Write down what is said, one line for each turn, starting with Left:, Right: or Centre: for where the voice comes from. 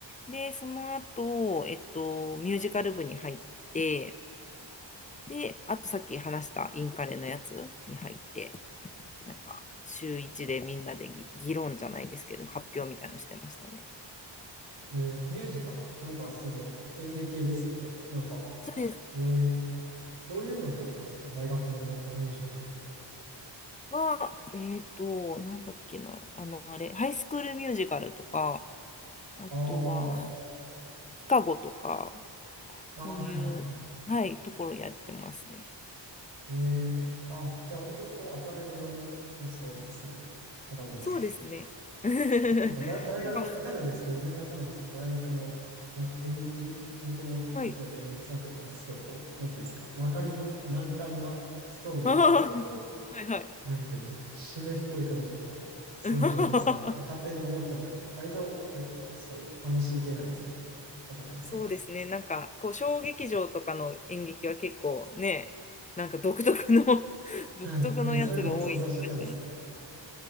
Left: でその後、えっとミュージカル部に入ってであとさっき話したインカレのやつに入ってなんか週一でみんなでぎ議論じゃないですけど発表みたいなのしてましたね。
Right: えーミュージカル。なんかその演劇ですよね。なんか、
Left: それ
Right: えーどういうのをやるんですか大学のミュージカルって。
Left: はえっとなんだっけなあのあれハイスクールミュージカルとかあとは、
Right: ああ、
Left: シカゴとか、
Right: ああ、
Left: そういう、
Right: はいはいはい。
Left: はい、ところやってますね。
Right: えー、あ、じゃあ割とこう明るめのやつが多いんですね。わかんないんですけど。
Left: そうですね。<laughs>
Right: なんかだ大学、
Left: なんかもう、
Right: わかんないんですけど、全然わかんないんですけど、大学のなんか演劇、本当のすごい演劇サークル、
Left: はい。<laughs>
Right: なんかすごいこう、なんていうんですか、わかりにくい、難解なストーリーで、
Left: あーはいは
Right: こう、なんていうんですか、締めっぽい感じの、そういうのやるのかなみたいな、
Left: い。<laughs>
Right: 勝手に思っちゃったんですけど、割と結構そういう楽しい系なんですね。わかんないですけど。
Left: そうですね。なんか、こう、小劇場とかの演劇は結構ね、なんか独特の <laughs> 独特のやつが多い気がします。
Right: はい、なんかそういうのは想像しちゃったんですけど、